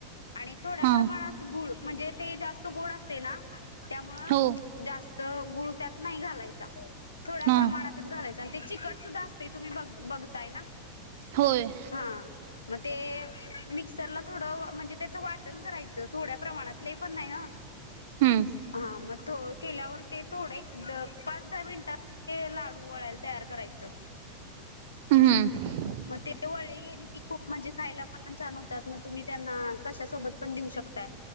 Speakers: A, on the left; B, on the right.
A: आणि थोड्या
B: हा
A: प्रमाणात गुळ म्हणजे ते जास्त गोड असते ना त्यामुळं
B: हो
A: जास्तं गुळू त्यात नाही घालायचा. थोड्या
B: हा
A: प्रमाणातच घालायचा. ते चिकट सुद्धा असते तुम्ही ब बघताय ना.
B: होय.
A: हा मग ते मिक्सरला थोडं म्हणजे त्याचं वाटण करायचं थोड्या प्रमाणात लय पण नाही हं.
B: हम्म
A: हा मं केल्यावर ते थोडं पाच दहा मिनिटांत लाडू वळायला. तयार करायचं.
B: हम् हम.
A: मग ते वळी केली की खूप म्हणजे खायला पण छान होतात मग तुम्ही त्यांना कशासोबत पण देऊ शकताय.